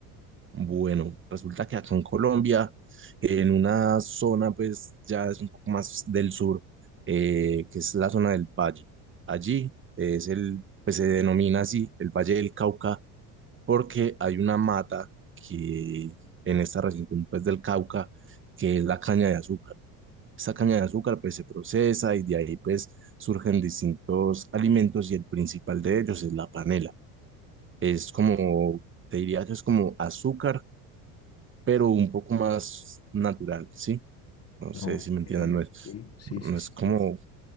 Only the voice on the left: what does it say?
no,
ok,
ok,
sí,
sí, sí,
sí.